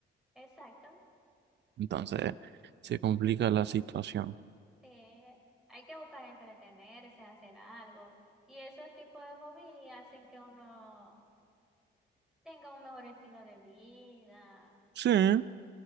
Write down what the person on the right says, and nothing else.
Entonces, se complica la situación.
Sí, a,